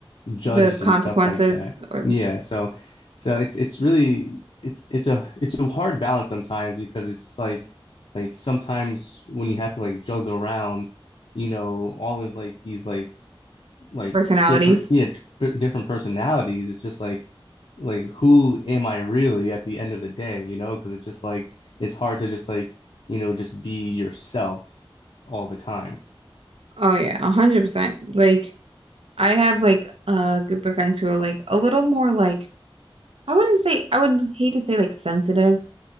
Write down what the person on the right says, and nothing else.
The consequences
or
personalities.
Oh yeah, a hundred percent. Like I have like a group of friends who are like a little more like I wouldn't say I would hate to say like sensitive,